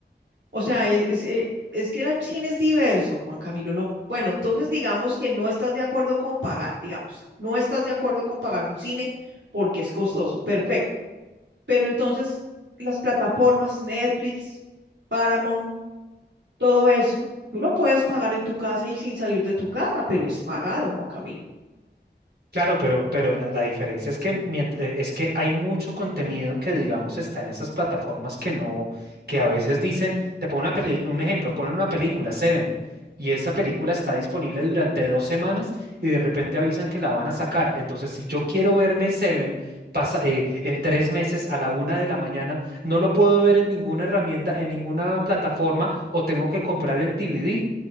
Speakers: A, on the right; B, on the right.
A: O sea, es, es, eh, es que el cine es diverso, Juan Camilo. No, bueno, entonces digamos que no estás de acuerdo con pagar, digamos, no estás de acuerdo con pagar un cine porque es costoso. Perfecto. Pero entonces las plataformas, Netflix, Paramount, todo eso, tú lo puedes pagar en tu casa y sin salir de tu casa, pero es pagado, Juan Camilo.
B: Claro, pero, pero la, la diferencia es que, mient- eh, es que hay mucho contenido que, digamos, está en esas plataformas que no, que a veces dicen, te pongo una peli- un ejemplo, ponen una película, Seven, y esa película está disponible durante dos semanas y de repente avisan que la van a sacar. Entonces, si yo quiero verme Seven pasa, eh, en tres meses a la una de la mañana, no lo puedo ver en ninguna herramienta, en ninguna plataforma, o tengo que comprar el DVD.